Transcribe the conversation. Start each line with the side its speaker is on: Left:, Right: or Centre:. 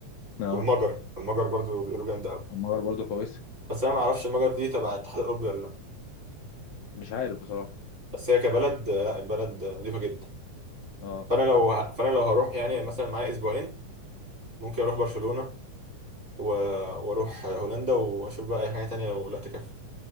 Left: اه
Right: والمجر المجر برضو بيقولوا جامده قوي
Left: المجر برضو كويسه
Right: بس انا ما اعرفش المجر دي تبع الاتحاد الاوروبي ولا لا
Left: مش عارف بصراحه
Right: بس هي كبلد آه، لا البلد آه، نظيفه جدا
Left: اه
Right: فانا لو ه... فانا لو هروح يعني مثلا معايا اسبوعين ممكن اروح برشلونه و... واروح آه، هولندا واشوف بقى اي حاجه تانية لو لا تكفي